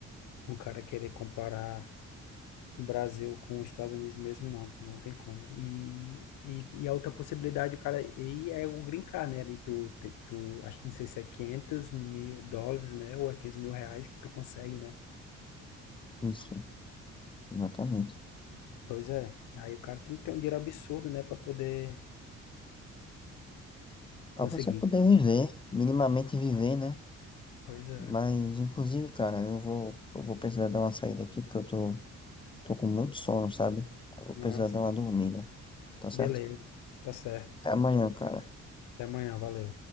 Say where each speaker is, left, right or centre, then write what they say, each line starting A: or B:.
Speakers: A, on the left; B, on the left.
A: um cara querer comparar o Brasil com os Estados Unidos mesmo, não, pô, não tem como, e, e, e a outra possibilidade, o cara, e é o green card, né, ali tu, te- tu, acho que não sei se é 500 mil dólares, né, ou é 500 mil reais que tu consegue, né,
B: Isso, exatamente.
A: pois é, aí o cara tem que ter um dinheiro absurdo, né, pra poder
B: Pra
A: conseguir.
B: você poder viver, minimamente viver, né?
A: Pois é.
B: Mas, inclusive, cara, eu vou, eu vou precisar dar uma saída aqui, porque eu tô Tô com muito sono, sabe? Eu vou precisar
A: Ah, sim.
B: dar uma dormida, tá certo?
A: Beleza. Tá certo.
B: Até amanhã, cara.
A: Até amanhã. Valeu.